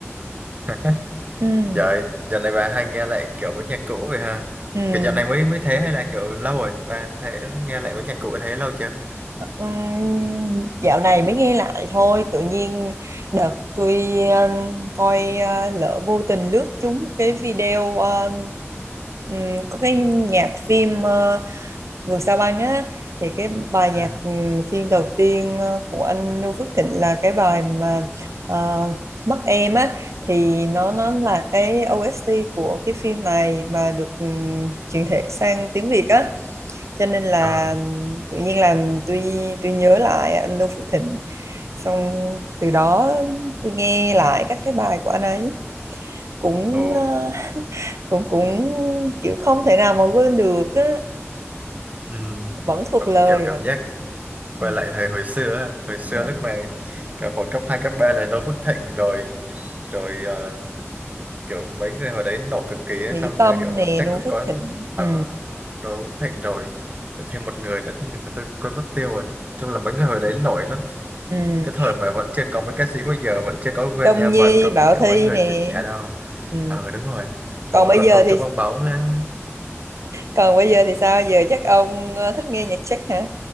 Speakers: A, on the right; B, on the right.
A: <laughs>
B: ừ
A: Vậy dạo này bà hay nghe lại kiểu mấy nhạc cũ vậy ha?
B: ừ
A: Kiểu dạo này mới mới thế hay là kiểu lâu rồi? Bà thấy nghe lại mấy nhạc cũ thấy lâu chưa?
B: Ừm, dạo này mới nghe lại thôi tự nhiên đợt tôi um, coi uh, lỡ vô tình lướt trúng một cái video um, ừm, có cái nhạc phim ờ, Vườn Sao Băng á thì cái bài nhạc
A: Ừ.
B: ừ, phim đầu tiên ờ, của anh Noo Phước Thịnh là cái bài mà ờ, Mắt Em á thì nó nó là cái OST của cái phim này mà được ừ, chuyển thể sang tiếng Việt á cho nên là
A: Ờ.
B: tự nhiên làm tôi tôi nhớ lại anh Noo Phước Thịnh xong từ đó tôi nghe lại các cái bài của anh ấy cũng
A: Ồ.
B: ờ, cũng cũng kiểu không thể nào mà quên được á
A: Ừ.
B: vẫn thuộc
A: Kiểu
B: lời
A: kiểu cảm
B: vẫn
A: giác quay
B: ừ,
A: lại thời hồi xưa á. hồi xưa
B: đúng rồi.
A: lúc mà cả hồi cấp 2 cấp 3 là Noo Phước Thịnh rồi rồi ờ, kiểu mấy người hồi đấy nổi cực kỳ ấy,
B: Mỹ
A: xong
B: Tâm
A: giờ kiểu
B: nè
A: chắc
B: Noo
A: cũng
B: Phước
A: có
B: Thịnh
A: ờ
B: ừ,
A: Noo Phước Thịnh rồi thêm một người nữa nhưng mà tôi quên mất tiêu rồi chung là mấy người hồi đấy nổi lắm
B: ừ.
A: cái thời mà vẫn chưa có mấy ca sĩ bây giờ vẫn chưa có Gwen
B: Đông
A: Evan
B: Nhi
A: rồi
B: Bảo
A: mà kiểu
B: Thy
A: mấy người
B: nè
A: trẻ trẻ đâu
B: ừ.
A: ờ đúng rồi hồi
B: còn
A: mà
B: bây
A: còn
B: giờ
A: công chúa
B: thì
A: bong bóng nữa
B: còn bây giờ thì sao giờ chắc ông ờ, thích nghe nhạc Czech hả